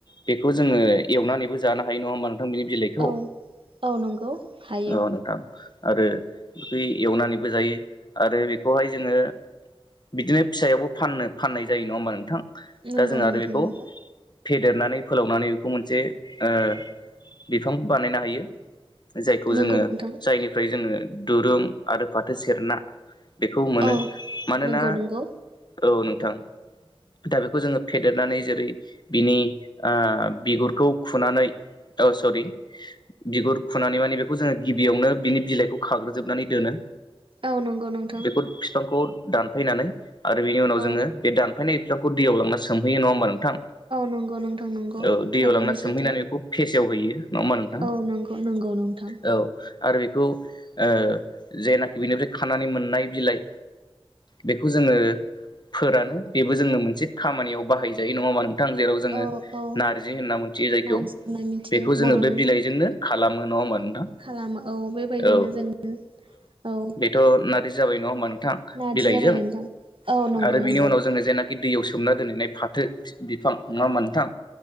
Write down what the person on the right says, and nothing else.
औ औ नंगौ हायो
नंगौ
नोंथां
नंगौ
नंगौ
नोंथां
औ
नंगौ नंगौ
औ नंगौ नों-
औ
नंगौ नोंथां नंगौ
थारैनो
सैथो
औ नंगौ नंगौ नोंथां।
औ औ
नारजि होनना मिथियो
बर'नि
खालामो औ बेबायदिनो
जों औ।
नारजि
जाबाय नोंथां औ नंगौ
नंगौ